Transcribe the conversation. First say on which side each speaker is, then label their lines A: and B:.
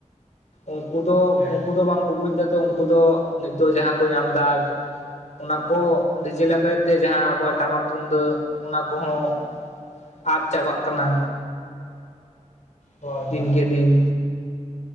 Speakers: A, on the left (about 70°); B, on the left (about 85°).
A: ᱩᱱᱠᱩ ᱫᱚ
B: ᱦᱮᱸ
A: ᱩᱱᱠᱩ ᱫᱚ ᱵᱟᱝᱠᱚ ᱵᱩᱡ ᱫᱟ ᱛᱚ, ᱩᱱᱠᱩ ᱫᱚ ᱱᱤᱛᱚᱜ ᱡᱟᱦᱟᱸᱠᱚ ᱧᱟᱢ ᱮᱫᱟ ᱟᱡ ᱚᱱᱟ ᱠᱚ ᱰᱤᱡᱮ ᱞᱟᱜᱽᱲᱮ ᱛᱮ ᱡᱟᱦᱟᱸ ᱟᱵᱚᱣᱟᱜ ᱴᱟᱢᱟᱠ ᱛᱩᱢᱫᱟᱹᱜ ᱚᱱᱟ ᱠᱚᱦᱚᱸ ᱟᱛ ᱪᱟᱵᱟᱜ ᱠᱟᱱᱟ
B: ᱦᱳᱭ ᱦᱳᱭ
A: ᱫᱤᱱ ᱜᱮ ᱫᱤᱱ᱾